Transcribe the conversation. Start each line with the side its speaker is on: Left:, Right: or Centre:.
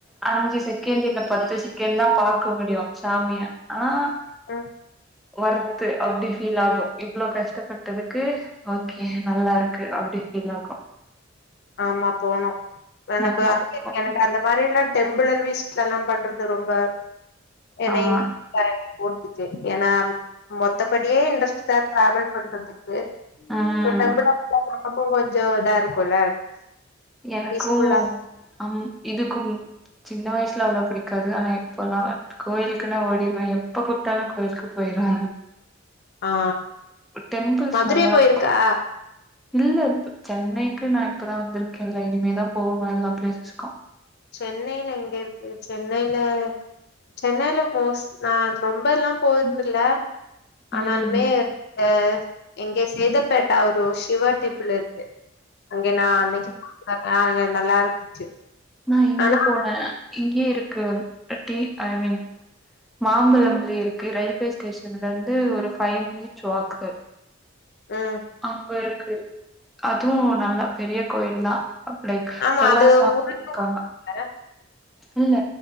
Centre: அஞ்சு செகண்ட் இல்ல பத்துசெகண்ட் தா பாக்க முடியு சாமிய ஆனா
Left: அ
Centre: வர்த்து அப்டி ஃபீல் ஆகு இவ்ளோ கஷ்டப்பட்டதுக்கு ஓகே நல்லா இருக்கு அப்டி ஃபீல் ஆகு
Left: ஆமா போனு எனக்கு
Centre: நல்லா இருக்கு
Left: <inaudible> எனக்கு அந்த மாரி எல்லா டெம்பிளல் வீஸிட்ல்லா பண்றது ரொம்ப என்னை
Centre: ஆமா
Left: போறதுக்கு ஏன்னா மொத்தபடியே இன்ட்ரெஸ்ட் தா டிராவல் பண்றதுக்கு ப்பு
Centre: ம்
Left: இப்ப டெம்பிளா நமக்கும் கொஞ்சோ இதா இருக்குல்ல
Centre: எனக்கு
Left: பீஸ்ஃபுல்லா
Centre: ஆ இதுக்கு சின்ன வயசுல அவ்ள புடிக்காது ஆனா இப்பல்லா கோயிலுக்குன்னா ஓடிருவ எப்ப கூப்ட்டாலு கோயிலுக்கு போய்றா
Left: ஆ
Centre: டெம்பிள்ஸ்
Left: மதுரை
Centre: நல்லா
Left: போயிருக்கா
Centre: இருக்கு இல்ல இப்ப சென்னைக்கு நா இப்பதா வந்திருக்கேல்ல இனிமேதா போவ எல்லா பிளேசஸ்க்கு
Left: சென்னைல எங்க இருக்கு சென்னைல சென்னைல மோஸ் நா ரொம்ப எல்லா போன்துல்ல ஆனாலுமே
Centre: ம்
Left: ஆ எங்க சேதப்பேட்டா ஒரு ஷிவா டெம்பிள் இருக்கு அங்கே நா அன்னைக்கு போனனா அங்க நல்லா இருந்துச்சு
Centre: நா இங்க
Left: ஆனா
Centre: போன இங்கயே இருக்கு ரட்டி ஐ மீன் மாம்பழம்ல இருக்கு ரயில்வே ஸ்டேஷன்ல இருந்து ஒரு ஃபைவ் மினிட்ஸ் வாக்கு
Left: ம்
Centre: அங்க இருக்கு அதுவு நல்லா பெரிய கோயில்தா அப்டிக்
Left: ஆமா
Centre: எல்லா
Left: அது
Centre: சாமியு
Left: முழுக்க
Centre: இருக்காங்க இல்ல